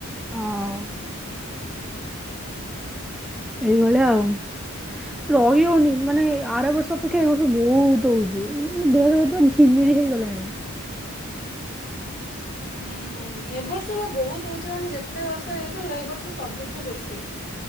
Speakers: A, in the centre; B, on the left (about 40°).
A: ହଁ ଏଇଭଳିଆ ଆଉ। ରହି ହଉନି ମାନେ ଆର ବର୍ଷ ଅପେକ୍ଷା ଏ ବର୍ଷ ବହୁତ ହଉଛି ଦେହ କିିମିରି ହେଇଗଲାଣି।
B: ହୁଁ ଏ ବର୍ଷ ବା ବହୁତ ହଉଛି ମାନେ ଯେତେ ବର୍ଷ ହେଇଥିଲା ଏ ବର୍ଷ ସବୁଛୁ ବେଶୀ।